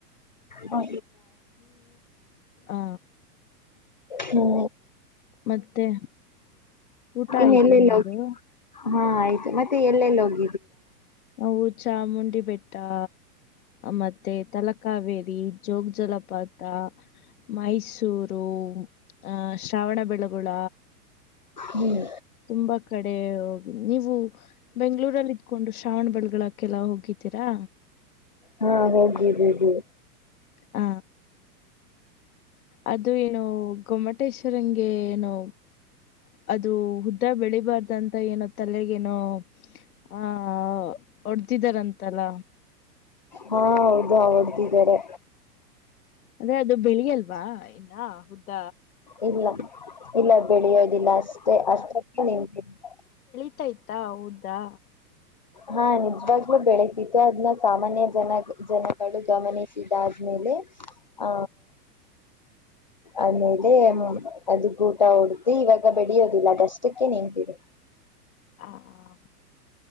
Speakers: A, on the left; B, on the left.
A: ಹ
B: ಆ
A: ಹ್ಮ
B: ಮತ್ತೆ ಊಟ ಆಯ್ತಾ
A: ಮೆ ಇನ್ನ ಎಲ್ಲ
B: ನಿಮ್ದು
A: ಹಾ ಆಯ್ತು ಮತ್ತೆ ಎಲ್ಲೆಲ್ಲಿ ಹೋಗಿದ್ರ
B: ಹೌ ಚಾಮುಂಡಿ ಬೆಟ್ಟಾ ಮತ್ತೆ ತಲಕಾವೇರಿ ಜೋಗ ಜಲಪಾತ ಮೈಸೂರು ಅ ಶ್ರಾವಣಬೆಳಗುಳ
A: ಹ್ಮ್
B: ತುಂಬಾ ಕಡೇ ನೀವು ಬೆಂಗಳೂರಲ್ಲಿ ಇದಕೊಂಡು ಶ್ರಾವಣ ಬೆಳೆಗಳಕ್ಕೆಲ್ಲ ಹೋಗಿದ್ದೀರಾ
A: ಹಾ ಹೋಗಿದಿವಿ
B: ಹ ಅದು ಏನೋ ಗೊಮಟೇಶ್ವರಂಗೆ ಏನೋ ಅದು ಹುದ್ದ ಬೆಳಿಬಾರ್ದ ಅಂತ ಏನೋ ತಲೆಗೇನೋ ಆಹ ಹೊಡದಿದಾರಂತಲ್ಲ
A: ಹಾ ಹೌದು ಆ ಹೊಡಿದರೆ
B: ಅದೇ ಅದು ಬೆಳಿಯಲ್ವಾ ಇನ್ನ ಹುದ್ದ
A: ಇಲ್ಲ ಇಲ್ಲ ಬೆಳೆಯೋದಿಲ್ಲ ಅಷ್ಟೆ ಅಷ್ಟತ್ತ ನಿ <unintelligible>
B: <unintelligible> ಆತ ಆಯ್ತಾ ಹೌದಾ
A: ಹಾ ನಿಜವಾಗ್ಲೂ ಬೆಳತಿತ್ತು ಅದ್ನ್ನ ಸಾಮಾನ್ಯ ಜನ ಜನಗಳು ಗಮನಿಸಿದ ಆದ್ಮೇಲೆ ಹ ಆಮೇಲೆ ಅದು ಗುಟ ಹೊಡ್ಧಿ ಇವಾಗ ಬೆಳಿಯೋದಿಲ್ಲ ಅದಷ್ಟಕ್ಕೆ ನಿಂತಿದೆ
B: ಹ ಹ